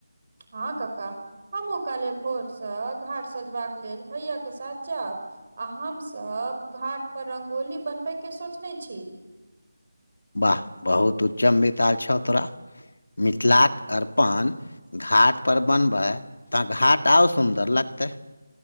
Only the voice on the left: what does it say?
वाह बहुत उच्चम वितार छौ तोरा मिथिलाक अर्पण घाट पर बनबै तऽ घाट आउ सुन्दर लगतै